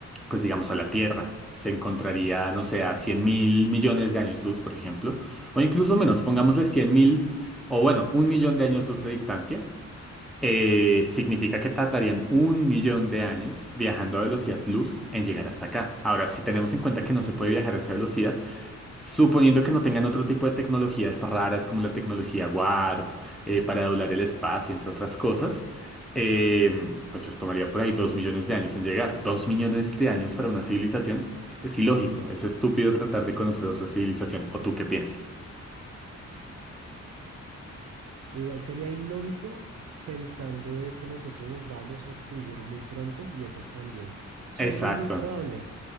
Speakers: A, in the centre; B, on the right.
A: pues digamos, a la Tierra se encontraría, no sé, a cien mil millones de años luz, por ejemplo, o incluso menos, pongámosle cien mil, o bueno, un millón de años luz de distancia, eh, significa que tardarían un millón de años viajando a velocidad luz en llegar hasta acá. Ahora, si tenemos en cuenta que no se puede viajar a esa velocidad, Suponiendo que no tengan otro tipo de tecnologías raras como la tecnología Warp eh, para doblar el espacio, entre otras cosas, eh, pues les tomaría por ahí dos millones de años en llegar. Dos millones de años para una civilización es ilógico, es estúpido tratar de conocer otra civilización. ¿O tú qué piensas?
B: Igual sería ilógico pensando de que nosotros nos vamos a extinguir muy pronto y ellos también. O
A: Exacto.
B: sea, sí es muy probable,